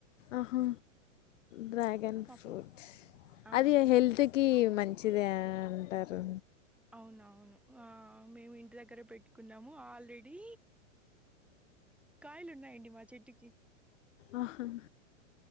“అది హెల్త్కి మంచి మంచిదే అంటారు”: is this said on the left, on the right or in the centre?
Left